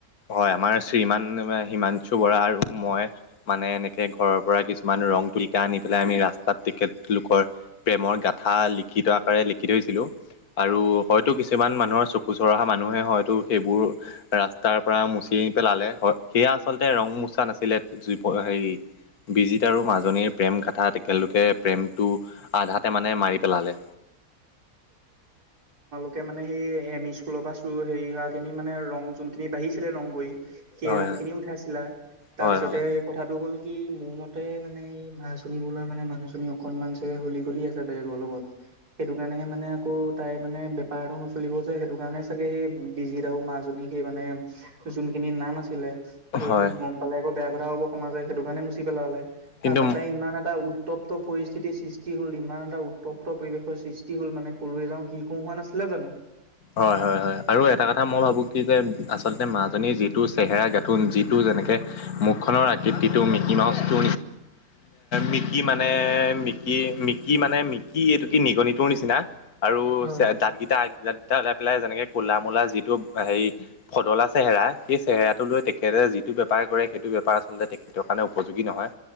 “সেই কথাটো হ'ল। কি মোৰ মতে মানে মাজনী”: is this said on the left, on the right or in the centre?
Right